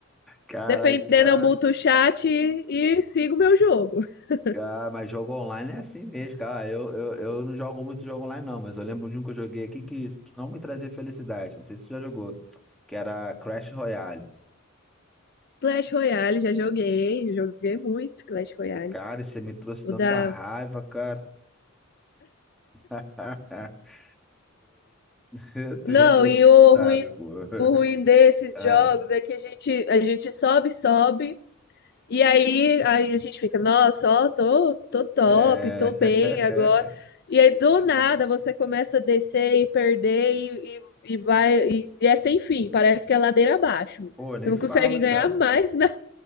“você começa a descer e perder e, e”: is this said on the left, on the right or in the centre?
Left